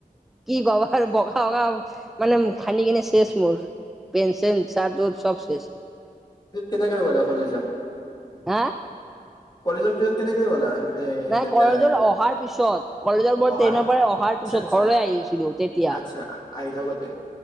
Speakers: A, in the centre; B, on the left.
A: কি গবাৰ বগা -বগা মানে খানি কিনে শেষ মোৰ। পেন- চান চাট -উট চব শেষ
B: কেনেকে গ'লে কলেজ যাওঁ
A: হা
B: কলেজৰ পিছত কেনেকে গ'লা। এ
A: নাই
B: লেতেৰা
A: কলেজৰ
B: হৈ?
A: অহাৰ পিছত কলেজৰ পৰাৰ
B: অহা
A: ট্ৰেইনৰ পৰা অহাৰ
B: আচ্ছা
A: পিছত
B: আচ্ছা
A: ঘৰলৈ আহি আছিলো তেতিয়া।
B: আচ্ছা আহি থাকোতে